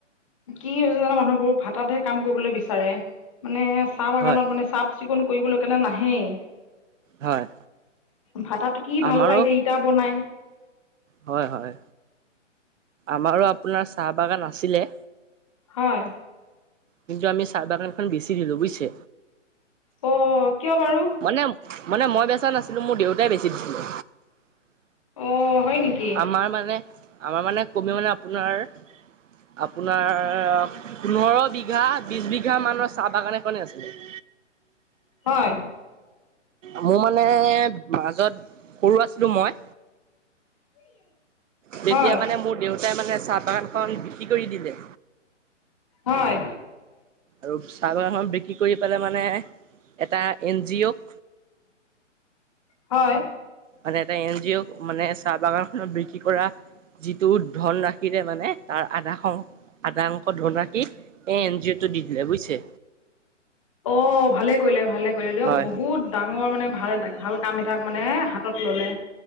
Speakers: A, on the left (about 25°); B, on the right (about 80°).
A: কি হৈছে জানো মানুহবোৰ। ভাটাতহে কাম কৰিবলৈ বিচাৰে, মানে চাহ বাগানত
B: হয়
A: মানে চাফ চিকুণ কৰিবলৈ কাৰণে নাহেই।
B: হয়।
A: ভাটাত কি ভাল
B: আমাৰো
A: পায়, এতিয়া ইটা বনাই।
B: হয় হয়, আমাৰো আপোনাৰ চাহ বাগান আছিলে।
A: হয়।
B: কিন্তু আমি চাহ বাগানখন বেছি দিলোঁ বুজিছে।
A: অ' কিয় বাৰু।
B: মানে মানে, মই বেচা নাছিলোঁ, মোৰ দেউতাই বেছি দিছিলে।
A: অ', হয় নেকি?
B: আমাৰ মানে, আমাৰ মানে কমেও মানে আপোনাৰ আপোনাৰ পোন্ধৰ বিঘা বিছ বিঘা মানৰ চাহ বাগান এখনেই আছিলে। <inaudible>
A: হয়।
B: মোৰ মানে মাজত সৰু আছিলোঁ মই, তেতিয়া
A: হয়
B: মানে মোৰ দেউতাই মানে চাহ বাগানখন বিক্ৰী কৰি দিলে।
A: হয়।
B: আৰু চাহ বাগানখন বিক্ৰী কৰি পেলাই মানে এটা এন জি অ'
A: হয়।
B: মানে এটা এন জি অ' মানে চাহ বাগান খনন বিক্ৰী কৰা যিটো ধন ৰা মানে তাৰ আধা আধা শং আধা শংখ্যক ধন ৰাশি এ এন জি অ'টোত দি দিলে বুজিছে।
A: অ', ভালে কৰিলে, ভালে কৰিলে, দিয়ক
B: হয়
A: বহুত ডাঙৰ মানে ভাল এ ভাল কাম এটাক মানে হাতত ললে।